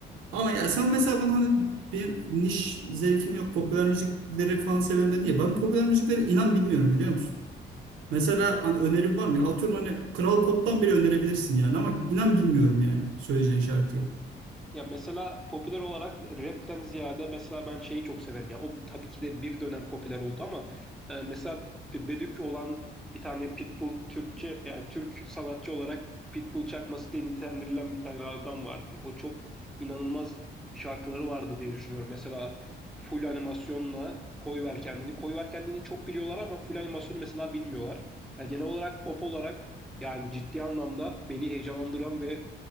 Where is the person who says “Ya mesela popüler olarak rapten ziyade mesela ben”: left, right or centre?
Centre